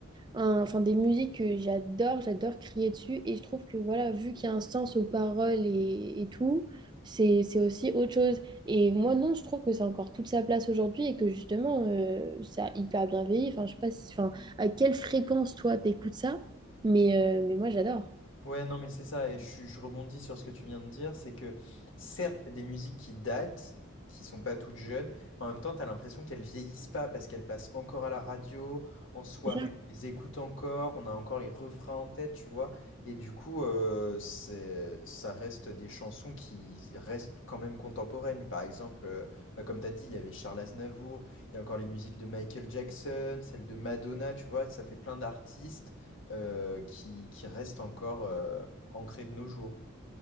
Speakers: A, on the right; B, on the left.
A: un- enfin, des musiques que j'adore, j'adore crier dessus. Et je trouve que, voilà, vu qu'il y a un sens aux paroles et, et tout, c'est, c'est aussi autre chose. Et moi, non, je trouve que c'est encore toute sa place aujourd'hui et que justement, euh, ça a hyper bien vieilli. Enfin, je sais pas si, enfin, à quelle fréquence, toi, t'écoutes ça, mais, euh, mais moi, j'adore.
B: Ouais, non, mais c'est ça, et je, suis- je rebondis sur ce que tu viens de dire, c'est que certes, il y a des musiques qui datent, qui sont pas toutes jeunes, mais en même temps, tu as l'impression qu'elles vieillissent pas parce qu'elles passent encore à la radio, en soirée,
A: C'est ça
B: on les écoute encore, on a encore les refrains en tête, tu vois, et du coup, euh, c'est, ça reste des chansons qui restent quand même contemporaines. Par exemple, euh, bah, comme tu as dit, il y avait Charles Aznavour, il y a encore les musiques de Michael Jackson, celles de Madonna, tu vois, ça fait plein d'artistes euh, qui, qui restent encore euh, ancrées de nos jours.